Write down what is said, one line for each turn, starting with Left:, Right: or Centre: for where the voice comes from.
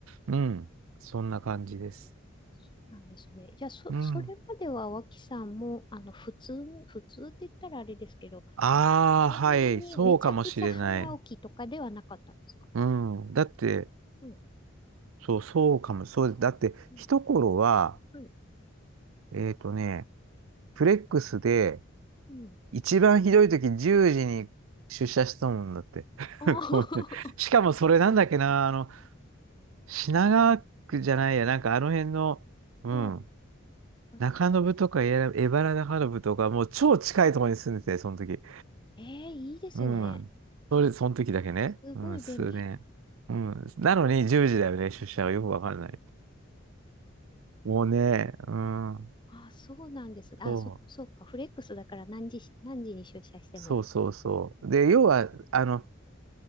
Right: うん、そんな感じです。
Left: そうなんですね。じゃあ、そ、
Right: うん。
Left: それまでは脇さんも、あの、普通、普通って言ったらあれですけど、
Right: ああ、
Left: こんなにめちゃくちゃ早起きとかではなかったんですか
Right: はい、そうかもしれない。うん、だって、
Left: うん。
Right: そう、そうかも、そう、だって、
Left: うん。
Right: 一頃は、
Left: はい。
Right: えっとね、フレックスで、
Left: うん。
Right: 一番ひどい時10時に出社したもんだって。<laughs>
Left: あー
Right: もうねしかもそれなんだっけな、あの、品川区じゃないや、なんかあの辺の、
Left: <laughs>
Right: うん、
Left: おーあー、
Right: 中延とか江原中延とか、もう超近いところに住んでて、その時。
Left: ええいいですね。
Right: うん。それ、その時だけね。
Left: すごい便利。
Right: うん、数年。うん。なのに10時だよね、出社はよくわかんない。もうね、うん。
Left: あー、そうなんです。あー、
Right: そう。
Left: そ、そうか。フレックスだから何時、何時に出社しても。
Right: そうそうそう。で、要は、あの、